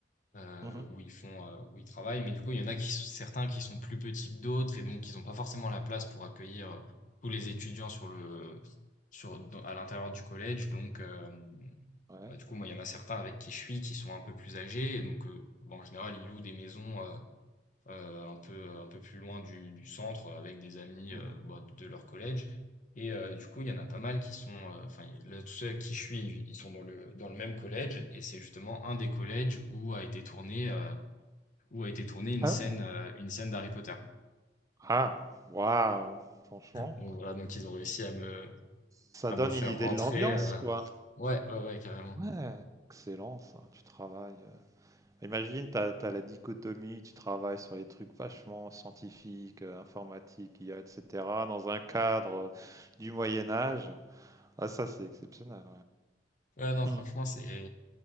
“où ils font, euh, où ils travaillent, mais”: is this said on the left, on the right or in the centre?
Left